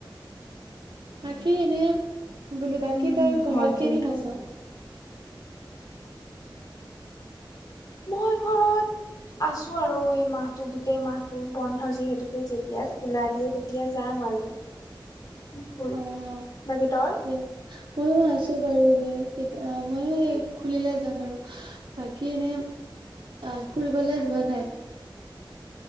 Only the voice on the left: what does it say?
উম
হয় কিন্তু
মই ঘৰত আছো আৰু এই মাহতটো, গোটেই মাহতটো বন্ধ যিহেতুকে, যেতিয়া খোলা দিয়ে তেতিয়া যাম আৰু ঘূৰি
বাকী তই?